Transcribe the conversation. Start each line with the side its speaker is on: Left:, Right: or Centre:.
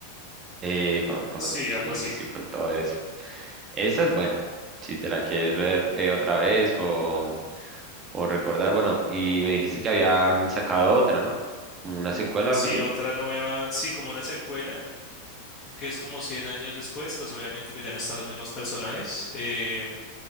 Right: eh, con, con
Left: Sí,
Right: los vikingos
Left: algo así.
Right: y con todo eso. Esa es buena, si te la quieres ver eh, otra vez o, o recordar, bueno, y me dijiste que habían sacado otra, ¿no? Como una secuela
Left: Sí,
Right: o algo así.
Left: otra nueva, sí, como una secuela, que es como 100 años después, pues obviamente pues ya no están los mismos personajes. eh,